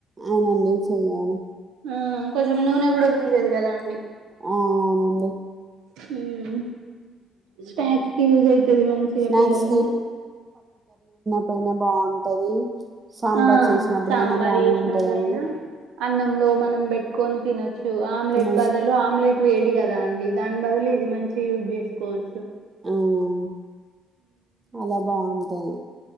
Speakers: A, on the right; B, on the right.
A: అవునండి చేయాలి
B: ఆ కొంచం నూనె కూడా గుంజదు కదా అండి
A: ఆ అవునండి
B: హ్మ్ స్నాక్స్ కి యూజ్ అయితది మంచిగా
A: స్నాక్స్
B: పిల్లలకి.
A: డైనా బావుంటది సాంబార్
B: ఆ
A: చేసినప్పుడైనా
B: సాంబార్
A: బానే
B: చేసినప్పుడయినా
A: ఉంటాయ్ అన్ని
B: అన్నంలో మనం బెట్టుకొన్ తినొచ్చు ఆమ్లెట్
A: తినొచ్చు
B: బదులు ఆమ్లెట్ వేడి కదా అండి దాని బదులు ఇది మంచి యూజ్ జేస్కోవచ్చు.
A: హ్మ్ అలా బావుంటయ్.